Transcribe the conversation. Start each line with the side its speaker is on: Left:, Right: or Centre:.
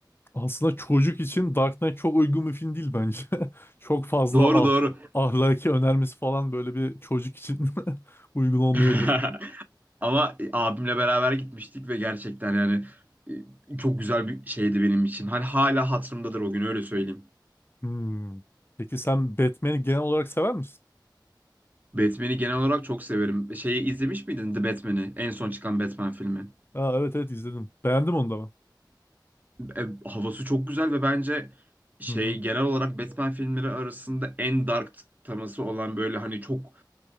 Left: Aslında çocuk için Dark Knight çok uygun bir film değil bence. <laughs> Çok fazla
Right: Doğru
Left: ah
Right: doğru.
Left: ahlaki önermesi falan böyle bir çocuk için <laughs> uygun olmayabilir.
Right: <laughs> Ama e, abimle beraber gitmiştik ve gerçekten yani e, çok güzel bir şeydi benim için. Hani hala hatırımdadır o gün öyle söyleyeyim.
Left: Hmm. Peki sen Batman'i genel olarak sever misin?
Right: Batman'i genel olarak çok severim. Şeyi izlemiş miydin The Batman'i? En son çıkan Batman filmi.
Left: Aa, evet evet izledim. Beğendim onu da ben.
Right: E, havası çok güzel ve bence şey
Left: Hı hı.
Right: genel olarak Batman filmleri arasında en dark teması olan böyle hani çok